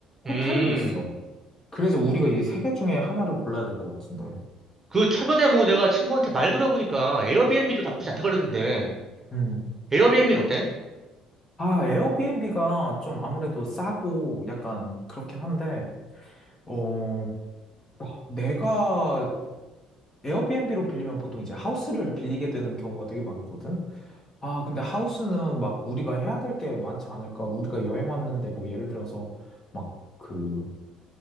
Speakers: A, on the left; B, on the right.
A: 호텔도
B: 음.
A: 있어. 그래서 우리가 이 세 개 중에 하나를 골라야 될 것 같은데.
B: 그 최근에 뭐 내가 친구한테 말 들어보니까 에어비앤비도 나쁘지 않다 그러던데.
A: 음.
B: 에어비앤비는 어때?
A: 아, 에어비앤비가 좀 아무래도 싸고 약간 그렇긴 한데, 어, 아, 내가 에어비앤비로 빌리면 보통 이제 하우스를 빌리게 되는 경우가 되게 많거든. 아, 근데 하우스는 막 우리가 해야 될 게 많지 않을까? 우리가 여행 왔는데 뭐 예를 들어서 막 그